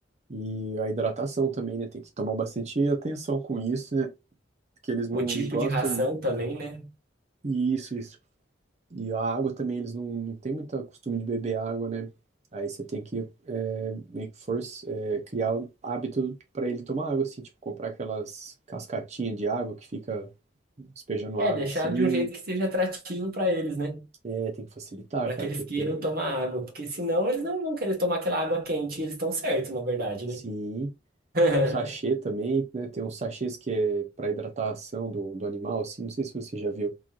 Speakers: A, on the right; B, on the right.
A: E a hidratação também, né? Tem que tomar bastante atenção com isso, né? Porque eles não
B: O tipo
A: gostam.
B: de ração também, né?
A: Isso, isso. E a água também, eles não, não têm muito costume de beber água, né? Aí você tem que é, meio que force, é, criar um hábito para ele tomar água, assim, tipo, comprar aquelas cascatinhas de água que fica despejando
B: É,
A: água,
B: deixar
A: assim.
B: de um jeito que seja atrativo para eles, né?
A: É, tem que facilitar,
B: Para
A: cara,
B: que eles
A: porque
B: queiram tomar água, porque senão eles não vão querer tomar aquela água quente, e eles estão certos, na verdade,
A: sim.
B: né? <laughs>
A: Sachê também, né? Tem uns sachês que é para hidratação do, do animal, assim. Não sei se você já viu.